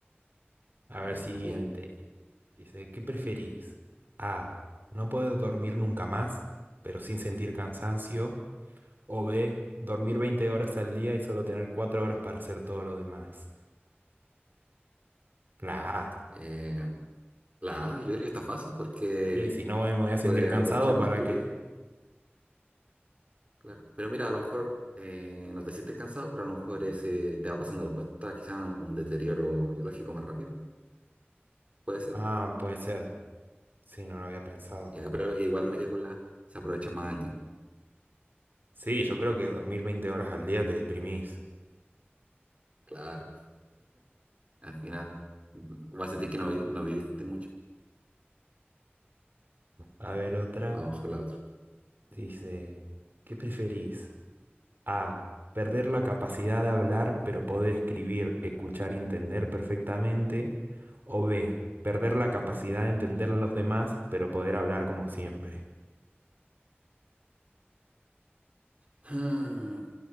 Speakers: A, on the right; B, on the right.
A: A ver,
B: Vamos
A: siguiente.
B: bien.
A: Dice, ¿qué preferís? A. No poder dormir nunca más, pero sin sentir cansancio. O B. Dormir 20 horas al día y solo tener 4 horas para hacer todo lo demás. La A.
B: Eh, la A, yo creo que está fácil porque
A: Y si no me voy a sentir
B: puedes
A: cansado,
B: aprovechar más
A: ¿para
B: tu
A: qué?
B: vida, claro. Pero mira, a lo mejor eh, no te sientes cansado, pero a lo mejor ese te va pasando la cuenta, quizás un, un deterioro biológico más rápido, puede ser.
A: Ah, puede ser. Sí, no lo había pensado.
B: Ya, pero igual me quedo con la A, se aprovecha más el tiempo.
A: Sí, yo creo que dormir 20 horas al día te deprimís.
B: Claro, al final mm, vas a sentir que no, vi- no viviste mucho.
A: A ver, otra.
B: Vamos con la otra.
A: Dice, ¿qué preferís? A. Perder la capacidad de hablar, pero poder escribir, escuchar y entender perfectamente. O B. Perder la capacidad de entender a los demás, pero poder hablar como siempre.
B: Ah,